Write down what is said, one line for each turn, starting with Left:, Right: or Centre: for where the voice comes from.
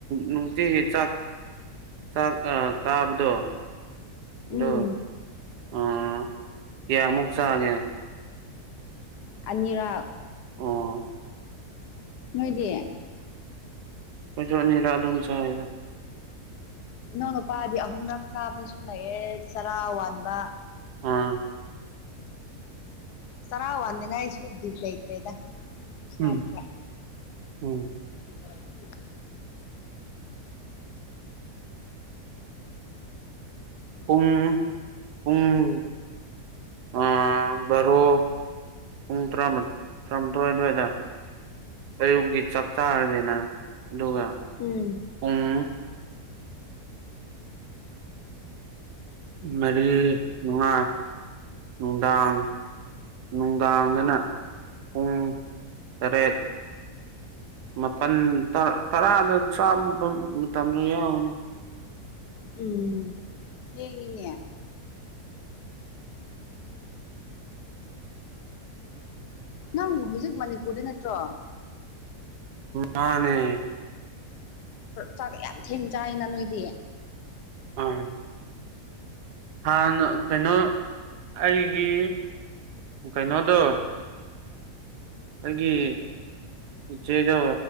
Right: ꯅꯨꯡꯇꯤꯒꯤ ꯆꯥꯛ ꯆꯥꯛ ꯆꯥꯕꯗꯣ
Left: ꯎꯝ
Right: ꯑꯗꯣ ꯑꯥ ꯀꯌꯥꯃꯨꯛ ꯆꯥꯒꯦ
Left: ꯑꯅꯤꯔꯛ
Right: ꯑꯣ
Left: ꯅꯣꯏꯗꯤ
Right: ꯑꯩꯈꯣꯏꯁꯨ ꯑꯅꯤꯔꯛ ꯑꯗꯨꯝ ꯆꯥꯏꯌꯦꯗ
Left: ꯏꯅꯥꯎ ꯅꯨꯄꯥꯗꯤ ꯑꯍꯨꯝꯔꯛ ꯆꯥꯕꯁꯨ ꯂꯩꯑꯦ ꯆꯔꯥ ꯋꯥꯟꯕ
Right: ꯑꯥ
Left: ꯆꯔꯥ ꯋꯥꯟꯅꯤꯡꯉꯥꯏꯁꯨ ꯕꯤꯠ ꯂꯩꯇ꯭ꯔꯦꯗ ꯈꯨꯁꯥꯗꯨꯒ
Right: ꯎꯝ ꯎꯝ
Left: <unintelligible>
Right: ꯄꯨꯡ ꯄꯨꯡ ꯑꯥ ꯕꯥꯔꯣ ꯄꯨꯡ ꯇꯔꯥ ꯇꯔꯥꯃꯥꯊꯣꯏ ꯑꯗꯨꯋꯥꯏꯗ ꯑꯌꯨꯛꯒꯤ ꯆꯥꯛ ꯆꯥꯥꯔꯅꯤꯅ ꯑꯗꯨꯒ
Left: ꯎꯝ
Right: ꯄꯨꯡ ꯃꯔꯤ ꯃꯉꯥ ꯅꯨꯡꯗꯥꯡ ꯅꯨꯡꯗꯥꯡꯗꯅ ꯄꯨꯡ ꯇꯔꯦꯠ ꯃꯥꯄꯜ ꯇꯔꯥꯗ ꯇꯔꯥꯃ ꯆꯥꯕ ꯃꯇꯝꯗ ꯌꯥꯎꯏꯤꯅꯦ
Left: ꯎꯝ ꯊꯦꯡꯉꯤꯅꯦ ꯅꯪꯕꯨ ꯍꯧꯖꯤꯛ ꯃꯅꯤꯄꯨꯔꯗ ꯅꯠꯇ꯭ꯔꯣ
Right: ꯃꯥꯅꯦ
Left: ꯆꯥꯛ ꯌꯥꯝ ꯊꯦꯡꯅ ꯆꯥꯏꯅ ꯅꯣꯏꯗꯤ
Right: ꯑꯥ ꯍꯥꯟꯅ ꯀꯩꯅꯣ ꯑꯩꯒꯤ ꯀꯩꯅꯣꯗꯣ ꯑꯩꯒꯤ ꯏꯆꯦꯗꯣ